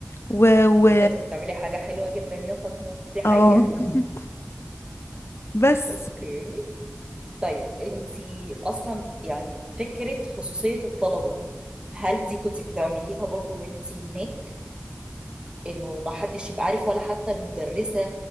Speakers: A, on the left; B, on the right.
A: و و
B: انت قدرتي تعملي حاجة حلوة جدا يا فاطمة دي حقيقة
A: اه <laughs> بس
B: اوكي طيب انت اصلا يعني فكرة خصوصية الطلبة هل دي كنت بتعمليها برضو وانت هناك انه ما حدش يبقى عارف ولا حتى المدرسة